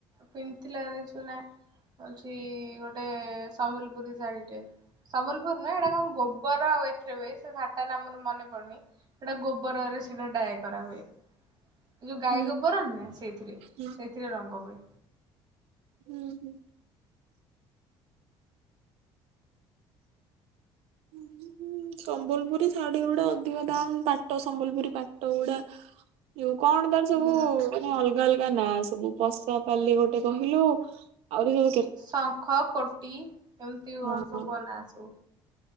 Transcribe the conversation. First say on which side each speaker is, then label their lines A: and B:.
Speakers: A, on the right (about 45°); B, on the right (about 75°).
A: ପିନ୍ଧଥିଲା ଦେଖିଚୁନା ହୋଉଚି ଗୋଟେ ସମ୍ବଲପୁରୀ ଶାଢୀଟେ ସମ୍ବଲପୁର ନୁହଁ ହେଟା କଣ ଗୋବର ଆଉ ଏଥିରେ ହୁଏ ସେ ଶାଢୀଟା ନାଁ ମୋର ମନେପଡୁନି ସେଟା ଗୋବରରେ ସେଟା ଡାଏ କରାହୁଏ। ଏଇ ଯୋଉ ଗାଈ
B: ହୁଁ
A: ଗୋବର ନୁହନା ସେଇଥିରେ
B: ହୁଁ
A: ସେଇଥିରେ ରଙ୍ଗ ହୁଏ।
B: ହୁଁ ହୁଁ। ଉଁହୁଁ ସମ୍ବଲପୁରୀ ଶାଢୀଗୁଡା ଅଧିକ ଦାମ ପାଟ ସମ୍ବଲପୁରୀ ପାଟଗୁଡା ଯୋଉ କଣ ତାର
A: ହୁଁ
B: ସବୁ ମାନେ ଅଲଗା ଅଲ ତା ନାଁ ସବୁ ପଶାପାଲି ଗୋଟେ କହିଲୁ ଆହୁରି ଯୋଉ
A: ଶଙ୍ଖ କୋଟି ଏମତି
B: ହଁ
A: କଣ ସବୁ କଁ ନାଁ ସବୁ।